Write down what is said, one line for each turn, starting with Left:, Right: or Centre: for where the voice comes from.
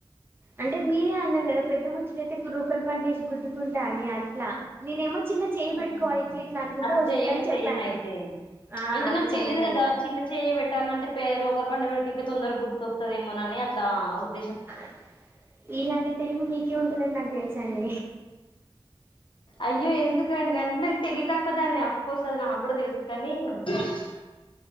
Right: అంటే మీరే అన్నారు కదా పెద్ద ముచ్చట అయితే గ్ రోకల్ బండేస్ గుద్దుకుంటా అని అట్లా నేనేమో చిన్న చేయి
Left: ఉమ్,
Right: పెెట్టుకోవాలి ఇట్లా ఇట్లా అనుకుంటే
Left: అట్లా
Right: వస్తుందని
Left: చెయ్యను
Right: చెప్పాను
Left: చెయ్యను అయితే
Right: ఆ
Left: అంటే
Right: అలా
Left: నాకు తెలిదు
Right: చేయకండి
Left: కదా చిన్న చెయ్యే పెట్టాలంటే పే రోకల్ బండ పెడితే ఇంకా తొందర గుర్ ొస్తదేమోనని అట్లా ఉద్
Right: అ ఇలాంటి తెలివి మీకే ఉంటదని నాకు తెలుసండి
Left: అయ్యో ఎందుకండి అంటే నాకు తెలివితక్కువదాన్నే అఫ్కోర్స్ అది నాకు కూడా తెలుసు కాని <unintelligible>